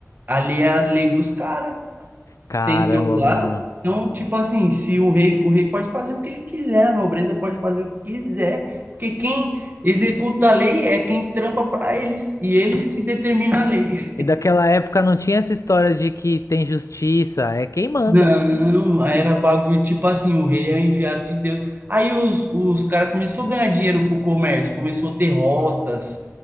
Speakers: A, on the right (about 40°); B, on the left (about 80°).
A: Ali é a lei dos caras.
B: caramba,
A: Você entrou lá,
B: mano.
A: então, tipo assim, se o rei, o rei pode fazer o que ele quiser, a nobreza pode fazer o que quiser, porque quem executa a lei é quem trampa para eles, e eles que determinam a lei.
B: E daquela época não tinha essa história de que tem justiça, é quem manda.
A: Não, <laughs> aí era bagulho, tipo assim, o rei é o enviado de Deus. Aí os, os caras começaram a ganhar dinheiro com o comércio, começou a ter rotas,